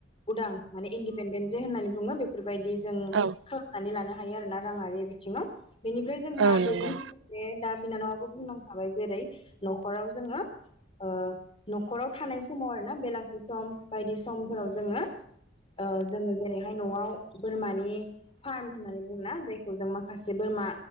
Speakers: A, on the left; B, on the right.
A: उदां माने इन्दिपेन्डेन्ट जे होननानै बुङो बेफोर बायदि जों
B: औ
A: खालामनानै लानो हा हाइ आरो ना रांयारि बिथिङाव बेनिफ्राय जोंहा
B: औ नंगौ
A: बेजों लोगोसे दा बिनानावआबो बुंनांखाबाय जेरै- नख'राव जोङो ओ नख'राव थानाय समाव आरोना बेलासि सम बायदि समफोराव जोङो ओ जोङो जेरैहाय नआव बोरमानि फार्म होननानै बुङो ना जायखौ जों माखासे बोरमा